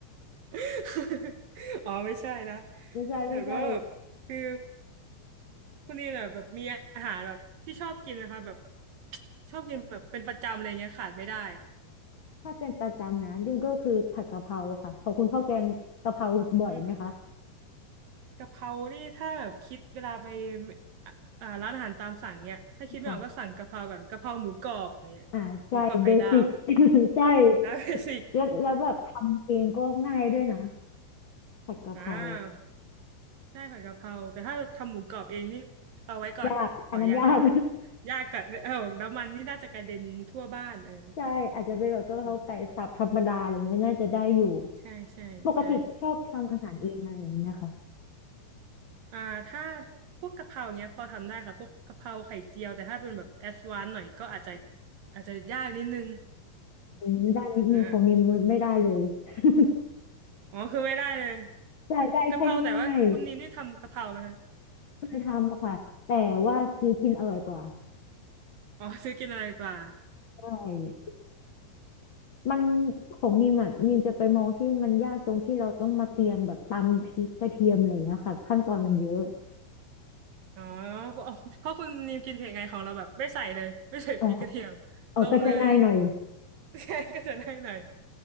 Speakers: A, on the right (about 65°); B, on the left (about 60°).
A: ๆ <laughs> อ๋อไม่ใช่นะ
B: ไม่ใช่ไม่ใช่
A: เห็นว่าแบบคือคุณนี่แบบแบบมีอาหารแบบที่ชอบกินไหมคะแบบชอบกินแบบเป็นประจำอะไรเงี้ยขาดไม่ได้
B: ถ้าเป็นประจำนะยิ่งก็คือผัดกะเพราค่ะขอบคุณข้าวแกงกะเพราบ่อยไหมคะ
A: อืมกะเพรานี่ถ้าแบบคิดเวลาไปอ่ะอ่าร้านอาหารตามสั่งเนี้ยถ้าคิดไม่ออกก็สั่งกะเพราก่อนกะเพราหมูกรอบอย่างเงี้ยหมูกรอบไข่ดาว
B: ค่ะอ่าใช่เบสิก <laughs> ใช่
A: อ่า <laughs> เบสิก
B: แล้วแล้วแบบทำเองก็ง่ายด้วยนะผัดกะเพรา
A: อ่า ใช่ผัดกะเพราแต่ถ้าทำหมูกรอบเองนี่เอาไว้ก่อนขอยางก่อน
B: ยากอันนั้นยาก
A: ยากก่อนเออน้ำมันนี่น่าจะกระเด็นทั่วบ้านเออ
B: <laughs> ใช่อาจจะเป็นแบบกะเพราไก่สับธรรมดาอะไรเงี้ยน่าจะได้อยู่
A: โอ้ใช่ใช่ใช่
B: ปกติชอบทำอาหารเองอะไรอย่างเงี้ยค่ะ
A: อ่าถ้าพวกกะเพราเงี้ยพอทำได้ค่ะพวกกะเพราไข่เจียวแต่ถ้าเป็นแบบแอดวานซ์หน่อยก็อาจจะอาจจะยากนิดนึง
B: อืมได้นิดนึงของนิมไม่ได้เลย
A: อ่าแล้ว
B: <laughs>
A: อ๋อคือไม่ได้เลย
B: อยาได้แค่ง่าย
A: กะเพราแต่ว่าคุณนิมนี่ทำกะเพราไหมคะ
B: ๆเคยทำค่ะแต่ว่าซื้อกินอร่อยกว่า
A: อ๋อซื้อกินอะไรกว่า
B: ใช่มันของนิมอ่ะนิมจะไปมองที่มันยากตรงที่เราต้องมาเตรียมแบบตำพริกกระเทียมอะไรอย่างเงี้ยค่ะขั้นตอนมันเยอะ
A: อ๋อเพราะเพราะคุณนิมกินเผ็ดไงของเราแบบไม่ใส่เลยไม่ใส่พริกกระเทียมลงเลย
B: อ๋ออ๋อก็จะง่ายหน่อย
A: ใช่ <laughs> ก็จะได้หน่อย